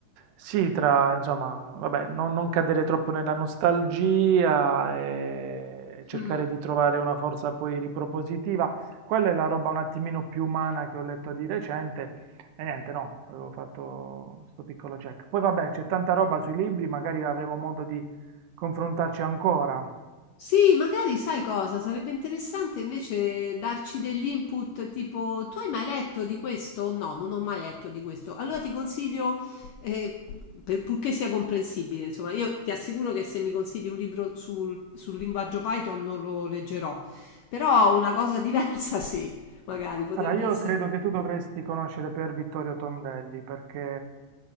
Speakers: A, on the right; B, on the left.
A: sì, tra, insomma, vabbè, non, non cadere troppo nella nostalgia e cercare
B: mm.
A: di trovare una forza poi ripropositiva quella è la roba un attimino più umana che ho letto di recente e niente, no, avevo fatto sto piccolo check. Poi vabbè, c'è tanta roba sui libri, magari avremo modo di confrontarci ancora.
B: Sì, magari sai cosa? Sarebbe interessante invece darci degli input tipo tu hai mai letto di questo? No, non ho mai letto di questo. Allora ti consiglio, eh, per- purché sia comprensibile, insomma, io ti assicuro che se mi consigli un libro sul, sul linguaggio Python non lo leggerò, però una cosa <laughs> diversa sì, magari potrebbe
A: Allora, io
B: essere
A: credo che tu dovresti conoscere per Vittorio Tondelli perché